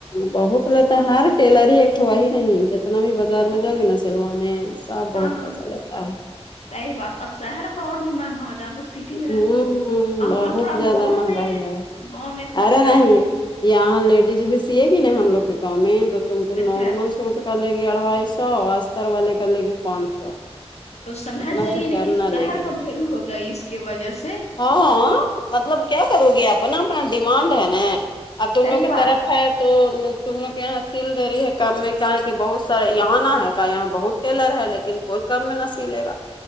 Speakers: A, on the left (about 45°); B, on the left (about 75°).
A: بہت لے تو ہر ٹیلر ہی ایکٹا ہی نہیں جتنا بھی بازار میں جؤ گی نا سلوانے سب بہت
B: ہاں ہاں
A: پیسہ لیتا ہے
B: صحیح بات اور شہر اور بھی مانگا جا کو سی میں رہتی
A: ہوں
B: ہیں
A: بہت
B: ہم لوگ تھوڑا
A: زیادہ
B: گاؤں
A: مہنگائی
B: میں
A: ہے
B: گاؤں میں اتنا
A: ارے
B: کم
A: نہیں
B: ہے
A: یہاں لیڈیز بھی سیے گی نا ہم لوگ کے گاؤں میں تو تم کو نارمل
B: اچھا
A: سوٹ کا لے گںی اڑھائی سو استر والے کا لے گںی پانچ سو
B: تو سمجھ
A: اتنا
B: جائیے
A: سے کم
B: نا کہ
A: نہ
B: شہر
A: لے گی
B: کا بھیلو ہوگا اس کی وجہ سے
A: ہاں ہاں مطلب کیا کرو گے آپ نا اپنا ڈیمانڈ ہے نا اب
B: صحیح
A: تم لوگ کی
B: بات
A: طرح ہے تو تم لوگ کے یہاں سیل دے رہی ہے کام میں کیا کہ بہت سارے یہاں نہ ہے کا یہاں بہت ٹیلر ہے لیکن کوئی کم میں نہ سلے گا